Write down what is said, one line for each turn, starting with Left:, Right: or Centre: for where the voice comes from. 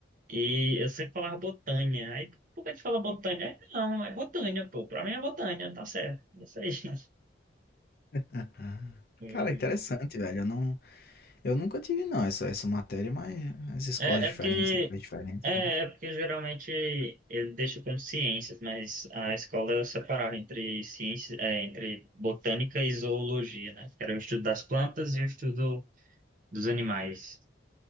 Right: e eu sempre falava botânia. Aí por que a gente fala botânia? Aí, Não, é botânia, pô, pra mim é botânia, tá certo, é isso aí.
Left: Aham.
Right: <laughs>
Left: Cara, interessante, velho. Eu não eu nunca tive não essa essa matéria, mas as escolas
Right: É,
Left: diferentes,
Right: é porque
Left: lugares diferentes,
Right: é,
Left: né.
Right: é porque geralmente ele deixa como ciências, mas a escola eu separava entre ciências, é, entre botânica e zoologia, né? Que era o estudo das plantas e o estudo dos animais.